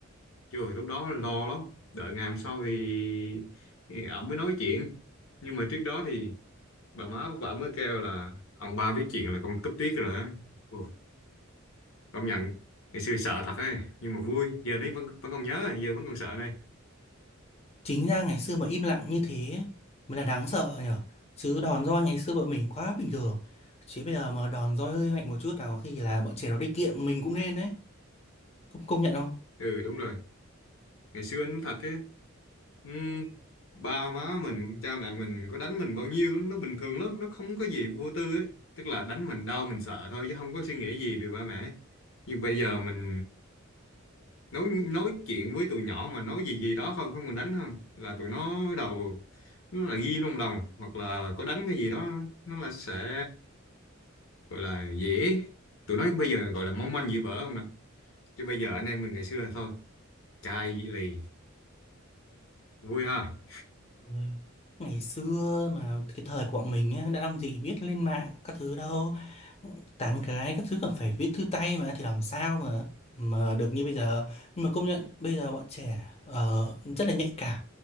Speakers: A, on the left (about 70°); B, on the left (about 30°).
A: trời lúc đó lo lắm đợi ngày hôm sau thì, thì ổng mới nói chuyện nhưng mà trước đó thì bà má bà mới kêu là ông ba biết chuyện là con cúp tiết rồi á Ồ, công nhận ngày xưa sợ thật ấy nhưng mà vui giờ đấy vẫn vẫn còn nhớ giờ vẫn còn sợ này
B: Chính ra ngày xưa mà im lặng như thế mới là đáng sợ nhở. Chứ đòn roi ngày xưa bọn mình quá bình thường. Chứ bây giờ mà đòn roi hơi mạnh một chút nào khi là bọn trẻ nó đi kiệm mình cũng nên đấy. Công công nhận không?
A: ừ đúng rồi ngày xưa anh thật ấy Ừ, ba má mình cha mẹ mình có đánh mình bao nhiêu nó bình thường lắm nó không có gì vô tư ấy tức là đánh mình đau mình sợ thôi chứ không có suy nghĩ gì về ba mẹ nhưng bây giờ mình nói nói chuyện với tụi nhỏ mà nói gì gì đó không không mình đánh không là tụi nó bắt đầu nó là ghi trong lòng hoặc là có đánh cái gì đó nó là sẽ gọi là dễ tụi nó bây giờ gọi là mong manh dễ vỡ không nè chứ bây giờ anh em mình ngày xưa là thôi chai lì vui ha
B: Ôi, ngày xưa mà cái thời của bọn mình á, đã làm gì biết lên mạng các thứ đâu tán gái các thứ còn phải viết thư tay mà thì làm sao mà mà được như bây giờ nhưng mà công nhận bây giờ bọn trẻ ờ, rất là nhạy cảm